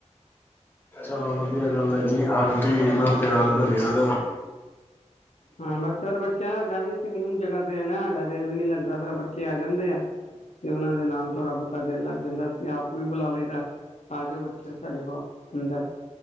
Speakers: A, on the left; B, on the left.
A: ਚਲੋ ਵਧੀਆ ਗੱਲ ਹੈ ਜੀ ਆਂਟੀ ਨਾ ਪਿਆਰ ਦ ਨਿਆ,
B: ਹਾਂ ਬਸ ਫਿਰ ਬੱਚਾ ਸਾਡਾ ਵੀ ਅਸੀਂ ਨਿਊ ਜਗ੍ਹਾ ਤੇ ਆ ਨਾ ਸਾਡਾ ਦਿਲ ਵੀ ਨੀ ਲੱਗਦਾ ਫੇਰ ਬੱਚੇ ਆ ਜਾਂਦੇ ਆ ਤੇ ਉਹਨਾਂ ਦੇ ਨਾਲ ਥੋੜਾ ਬਹੁਤਾ ਦਿਲ ਲੱਗ ਜਾਂਦਾ ਅਸੀਂ ਆਪ ਵੀ ਬੁਲਾ ਲਈਦਾ, ਆ ਜੋਓ ਬੱਚੇ ਸਾਡੇ ਕੋਲ ਅੰਦਰ